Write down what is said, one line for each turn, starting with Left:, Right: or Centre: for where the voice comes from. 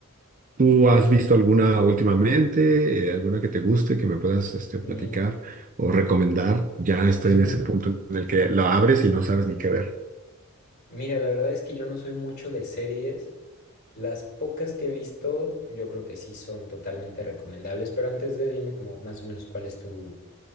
Right: ¿Tú has visto alguna últimamente, eh, alguna que te guste, que me puedas este,
Left: Mm,
Right: platicar o recomendar? Ya estoy
Left: Pues mm,
Right: en ese punto en el que la abres y no sabes ni qué ver.
Left: mira, la verdad es que yo no soy mucho de series. Las pocas que he visto, yo creo que sí son totalmente recomendables, pero antes de dime como más o menos cuál es tu,